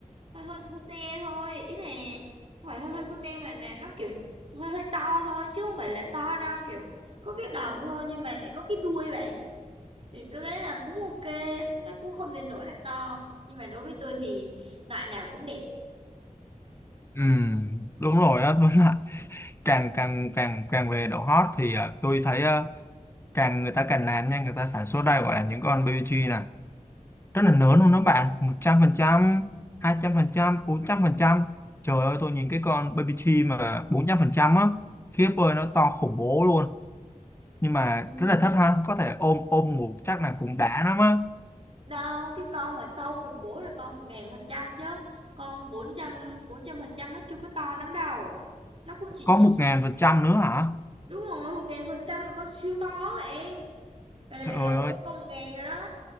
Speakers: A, on the right; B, on the left.
A: hơi hơi cute thôi ý này không phải hơi hơi cute mà là nó kiểu hơi hơi to thôi chứ không phải là to đâu kiểu có cái đầu thôi nhưng mà lại có cái đuôi vậy thì tôi thấy là cũng ok nó cũng không đến nỗi là to nhưng mà đối với tôi thì loại nào cũng đẹp
B: Ừm, đúng rồi á <laughs> đúng là càng càng càng càng về độ hot thì ờ, tôi thấy ờ, càng người ta càng làm nha người ta sản xuất ra gọi là những con BBQ rất là lớn luôn đó bạn một trăm trăm trăm hai trăm phần phần hai bốn trăm phần trăm trời ơi tôi nhìn cái con baby tree mà 400% á khiếp ơi nó to khủng bố luôn nhưng mà
A: đúng
B: rất
A: không
B: là thích ha có thể ôm ôm ngủ chắc là cũng đã lắm á
A: đâu cái con mà to khủng bố là con một ngàn phần trăm chứ con bốn trăm bốn trăm phần trăm nó chưa có to lắm đâu nó cũng chỉ
B: có
A: chỉ
B: một ngàn phần trăm nữa hả
A: đúng rồi một ngàn phần trăm là con siêu to bạn vậy là
B: trời
A: bạn lộn
B: ơi
A: với con một ngàn rồi đó